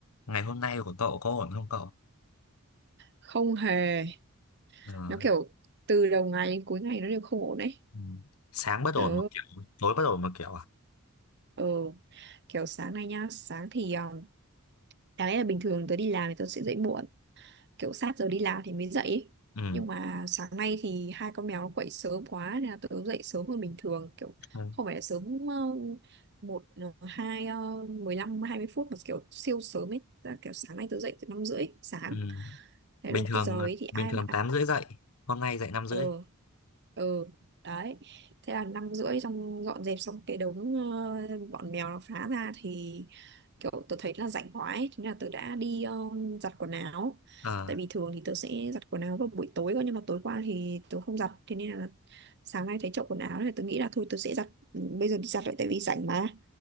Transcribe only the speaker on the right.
không hề
nó kiểu từ đầu ngày đến cuối ngày nó đều không ổn đấy
tớ
ờ kiểu sáng nay nhá sáng thì um, đáng lẽ là bình thường tớ đi làm thì tớ sẽ dậy muộn kiểu sát giờ đi làm thì mới dậy ấy.
nhưng mà sáng nay thì hai con mèo nó quậy sớm quá nên là tớ dậy sớm hơn bình thường kiểu
không phải là sớm uh, một ờ, hai uh, mười lăm hai mươi phút mà kiểu siêu sớm ấy Tức là kiểu sáng nay tớ dậy từ năm rưỡi sáng
thế
luôn
cái giờ ấy
thì ai
ừ ừ đấy thế là năm rưỡi xong dọn dẹp xong cái đống ờ, bọn mèo nó phá ra thì kiểu tớ thấy là rảnh quá ấy. Thế nên là tớ đã đi ờ, giặt quần áo
tại vì thường thì tớ sẽ giặt quần áo vào buổi tối cơ nhưng mà tối qua thì tớ không giặt thế nên là sáng nay thấy chậu quần áo này tớ nghĩ là thôi tớ sẽ giặt bây giờ đi giặt lại tại vì rảnh mà